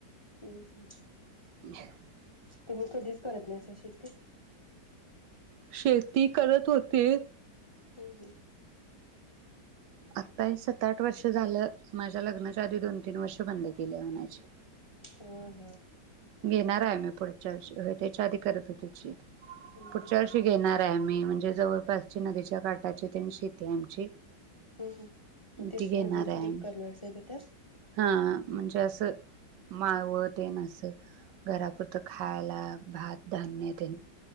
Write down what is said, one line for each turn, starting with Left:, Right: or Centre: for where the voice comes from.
Left: हम्म हम्म.
Right: <inaudible>
Left: तुम्ही कधीच करत नाहीसा शेती?
Right: शेती करत होते.
Left: हम्म हम्म.
Right: आत्ताये सत आठ वर्ष झालं, माझ्या लग्नाच्या आधी दोन तीन वर्ष बंद केल्या म्हणायची.
Left: हम्म हम्म.
Right: घेणार आहे मी पुढच्या वर्षी होय त्याच्या आधी करत होतीत शेती
Left: हम्म
Right: पुढच्या
Left: हम्
Right: वर्षी घेणार. घेणार हाय मी, म्हणजे जवळपासची नदीच्या काठाची तेन शेती हाय आमची.
Left: हम्म हम् मग ते
Right: ती घेणार
Left: म्हणजे
Right: हाय
Left: पीक
Right: आम्ही.
Left: करणारच आहे का त्या
Right: हा म्हणजे असं माळव तेन असं घरापुरतं खायला भात, धान्य तेन.